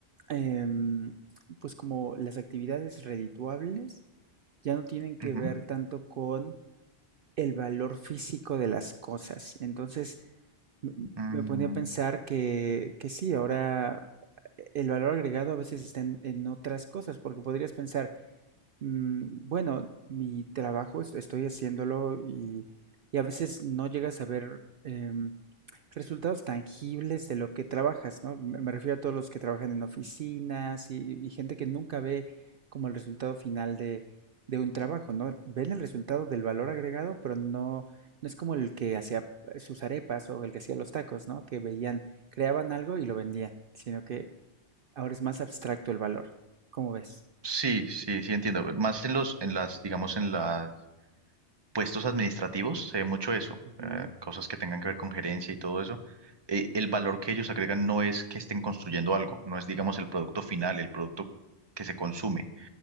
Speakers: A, on the right; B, on the right.
A: em, pues como las actividades redituables ya no tienen que
B: ujú.
A: ver tanto con el valor físico de las cosas. Entonces, me
B: Mm,
A: me ponía a pensar que, que sí, ahora eh, el valor agregado a veces está en, en otras cosas, porque podrías pensar, Mm, Bueno, mi trabajo est- estoy haciéndolo y, y a veces no llegas a ver em, resultados tangibles de lo que trabajas, ¿no? Me me refiero a todos los que trabajan en oficinas y, y gente que nunca ve como el resultado final de, de un trabajo, ¿no? Ven el resultado del valor agregado, pero no, no es como el que hacía eh, sus arepas o el que hacía los tacos, ¿no? Que veían, creaban algo y lo vendían, sino que ahora es más abstracto el valor. ¿Cómo ves?
B: sí, sí, sí entiendo. Más en los, en las, digamos, en los puestos administrativos se ve mucho eso,
A: Ujú.
B: eh, cosas que tengan que ver con gerencia y todo eso. Eh, el valor que ellos agregan no es que estén construyendo algo, no es, digamos, el producto final, el producto que se consume.